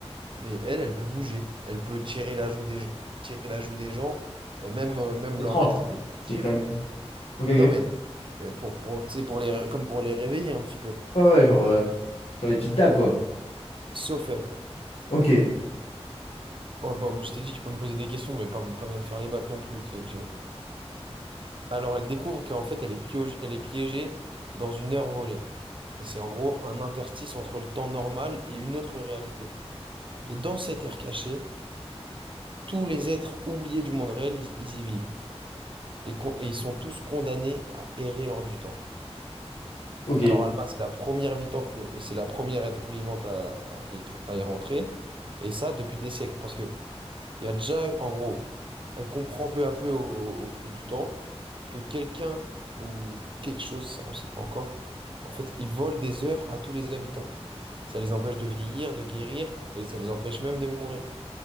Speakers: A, on the right; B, on the left.
A: Mais elle, elle peut bouger. Elle peut tirer la joue des, tirer la joue des gens, euh, même, euh, même
B: Étrange.
A: leur mettre des petites
B: C'est
A: gifles.
B: quand même. Ok, ok.
A: Non, mais euh, pour, pour, tu sais, pour les, comme pour les réveiller un petit peu.
B: Ouais, ouais, genre, euh, genre les petites tables quoi.
A: Sauf elle.
B: Ok.
A: Oh, bon, moi, je t'ai dit, tu peux me poser des questions, mais pas, pas besoin de faire les bacs non plus. tu sais, je- Alors, elle découvre qu'en fait, elle est piogée- elle est piégée dans une heure volée. Et c'est en gros un interstice entre le temps normal et une autre réalité. Et dans cette ère cachée, tous les êtres oubliés du monde réel, ils, ils y vivent. Les con- Et ils sont tous condamnés à errer hors du temps.
B: Ok.
A: Alors Alma, c'est la première vitan- euh, c'est la première être vivante à, à y, tr- à y rentrer, et ça depuis des siècles, parce que il y a déjà, en gros, elle comprend peu à peu au, au fil du temps que quelqu'un ou quelque chose, ça on ne sait pas encore, en fait, ils volent des heures à tous les habitants. Ça les empêche de vieillir, de guérir, et ça les empêche même de mourir.